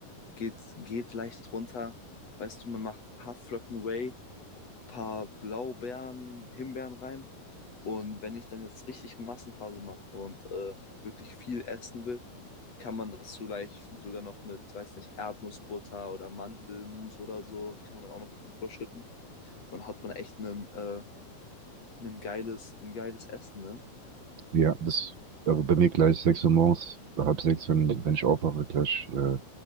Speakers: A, on the left (about 40°); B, on the right (about 50°).
A: geht, geht leicht runter. Weißt du, man macht Haferflocken Whey paar Blaubeeren, Himbeeren rein. Und wenn ich dann jetzt richtig Massenphase mache und äh, wirklich viel essen will, kann man das vielleicht sogar noch mit, weiß nicht, Erdnussbutter oder Mandelmus oder so, kann man dann auch noch drüber schütten. Dann hat man echt einen, äh, ein geiles, ein geiles Essen, ne?
B: Ja, das, aber bei mir gleich 6 Uhr morgens, halb sechs, wenn, wenn ich aufwache, gleich äh,